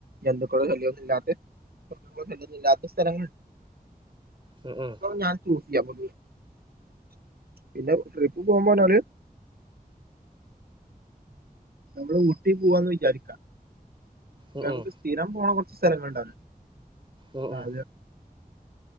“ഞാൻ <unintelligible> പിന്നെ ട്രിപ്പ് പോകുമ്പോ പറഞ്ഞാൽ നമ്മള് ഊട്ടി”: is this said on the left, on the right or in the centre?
Right